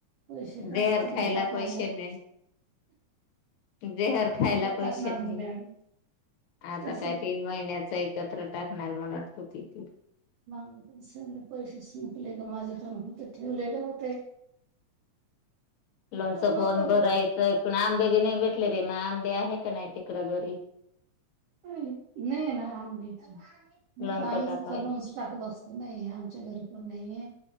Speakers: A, on the right; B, on the left.
A: पैसे का
B: बेअर
A: आता
B: खायला
A: मग टाकणार
B: पैसे नाही. जेहर खायला
A: आता
B: पैसे
A: टाकणार
B: नि.
A: नाही मॅडम
B: आता
A: तस
B: काय तीन महिन्याच एकत्र टाकणार म्हणत होती ती.
A: माझे पण सगळे पैसे संपले ग, माझे पण होते ठेवलेले होते. <inaudible>
B: लोणचं
A: पण
B: फोन
A: बघ
B: भरायचं पण आंबे बी नाही भे ले रीमा आंबे आहे का नाही तिकडं घरी?
A: अ नाहीये ना आंबे. नाही
B: लोणचं
A: तर आम्हीच
B: टाकाय
A: इथं लोन्स टाकलं असतो ना हे, आमच्या घरी पण नाहीय